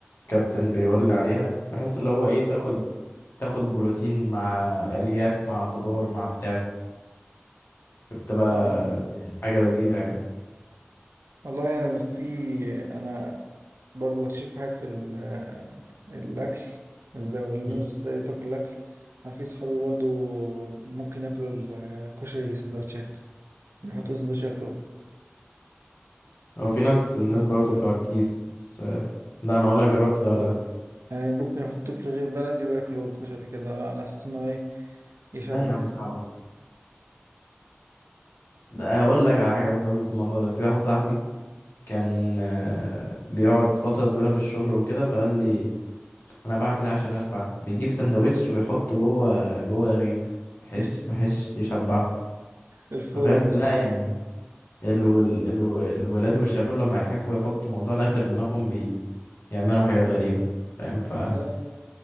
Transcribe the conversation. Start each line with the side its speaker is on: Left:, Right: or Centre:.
Left: كابتن بيقول لي عليها بحس اللي هو إيه تاخد تاخد بروتين مع ألياف مع خضار مع بتاع بتبقى
Right: اه
Left: حاجة لذيذة يعني
Right: والله يعني انا في انا برضه بكتشف في حاجات في ال- الأكل ازاي والناس
Left: مم.
Right: ازاي بتاكل الأكل أنا في صحابي برضه ممكن ياكلوا الكشري سندوتشات يحطوا سندوتش ياكلوه
Left: هو في ناس الناس برضو
Right: لا.
Left: بتوع الكيس بس آه، لا أنا ولا جربت ده ولا ده
Right: يعني ممكن يحطوه في رغيف بلدي وياكلوا الكشري كده على أساس إنه إيه يشبع
Left: لا يا عم صعبة ده أقول لك على حاجة بمناسبة الموضوع ده في واحد صاحبي كان آه، بيقعد فترة طويلة في الشغل وكده فقال لي أنا بعمل إيه عشان أشبع بيجيب سندوتش ويحطه جوه جوه رغيف بحيث
Right: <laughs>
Left: بحيث يشبعه
Right: الفول
Left: فاهم
Right: والجزانة
Left: لا يعني ال... ال... ال... الولاد والشباب لما يحبوا يحطوا موضوع الأكل في دماغهم بيعملوا حاجات غريبة فاهم ف
Right: آه.